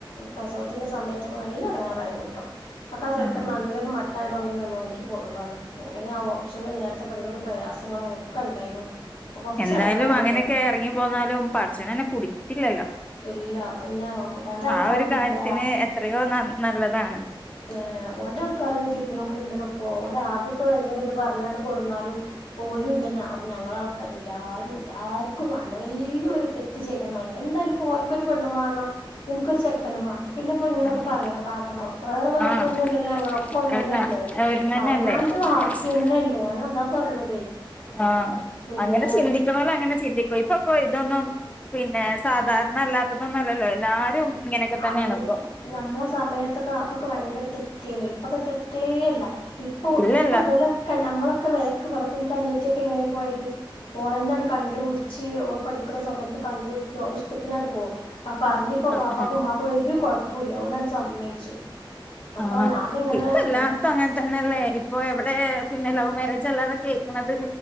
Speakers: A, on the left (about 75°); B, on the left (about 15°).
A: പ്രസവത്തിന്റെ സമയ അത് നല്ല എടങ്ങേറായിരുന്നുട്ടോ അപ്പ ആ ചെക്കൻ
B: ആഹ്
A: നല്ലരു മട്ട നല്ലതായത് കൊണ്ടൊന്ന് നോക്കി പോകുന്നതാണ് അല്ലെങ്കിൽ ആ പക്ഷെ നേരത്തൊക്കെ എന്തോ ഒരു പ്രയാസങ്ങളക്കെ ഉണ്ടായിരുന്നു. കൊറച്ച്
B: എന്തായാലും
A: എടങ്ങേറായിക്ക്ണ്
B: അങ്ങനെയൊക്കെ ഇറങ്ങിപ്പോന്നാലും പടച്ചോനന്നെ കുടിക്കില്ലല്ലോ,
A: ഇല്ല പിന്നെ ഓന്റെ ആൾക്കാരും
B: ആ ഒരു കാര്യത്തിന്
A: ഇല്ല
B: എത്രയോ ന നല്ലതാണ്.
A: ഏ ഓന്റെ ആൾക്കാര് തിരിഞ്ഞ് നോക്കണില്ലടോ ഇപ്പൊ, ഓൻ ആദ്യൊക്കെ ഭയങ്കര ഇത് പറഞ്ഞണ്ട് കൊണ്ടുന്നാലും ഓലുംല്ല ഞാ അപ്പൊ ഞങ്ങളെ ആൾക്കാരും ഇല്ല ആരുംല്ല ആർക്കും വേണ്ട വലിയ ഒരു തെറ്റ് ചെയ്ത മാതിരി എന്തായാലും പ്പോ ഓൻ ഒരു പെണ്ണും മാണം എനിക്കൊരു ചെക്ക നും വേണം പിന്നിപ്പോ ഇങ്ങനെയൊക്കെ
B: ആഹ്
A: പറയണോ കാട്ടണോ വേറെ വേറതൊന്നും
B: ആഹ്
A: ഇല്ലല്ലേ ഞങ്ങളൊക്കെ ഒന്ന്
B: അല്ല
A: തന്നല്ലേ
B: ഒന്നന്നല്ലേ
A: അവനാന്റെ വാക്കി തന്നെയല്ലേ, ഞാൻ അതാ പറയണതേ
B: ആ
A: പിന്നെ
B: അങ്ങനെ ചിന്തിക്കണോരു അങ്ങനെ ചിൻ- ഇപ്പൊ ഇപ്പിപ്പോ ഇതൊന്നും പിന്നെ സാധാരണ അല്ലാത്തതൊന്നും അല്ലല്ലോ എല്ലാരും ഇങ്ങനെയൊക്കെ തന്നെയാണ്
A: അന്ന്
B: ഇപ്പൊ
A: ഞമ്മളെ സമയത്തൊക്കെ അതൊക്കെ ഭയങ്കര തെറ്റ് തന്നെ ഇപ്പം അതൊരു തെറ്റേ അല്ല ഇപ്പൊ
B: ഇല്ലല്ല
A: ഇപ്പൊ ഇതലൊക്കെ ഞമ്മളെ വെലക്കു <unintelligible> ഇപ്പൻ്റെ അനിയത്തിയൊക്കെ എങ്ങനെ പോയത് ഓളന്നാണ് കണ്ടുപിടിച്ച് ഓള് പഠിക്ക ക്കണ സമയത്ത് കണ്ടുപിടിച്ച് ഓള് ഇഷ്ടത്തിനാണ് പോക അപറഞ്ഞി <unintelligible> ഒരു
B: ആഹ്
A: കുഴപ്പവു
B: ആഹ്
A: കുഴപ്പില്ല ഓനാട് സമ്മയിച്ചു അപ്പൊ
B: ആ
A: ഞാനിങ്ങനെ
B: ഇപ്പം എല്ലാടത്തും
A: വിചാ
B: അങ്ങനെ തന്നെല്ലേ ഇപ്പൊ എവിടെ പിന്നെ ലവ് മാരേജ് അല്ലാതെ കേക്കണത്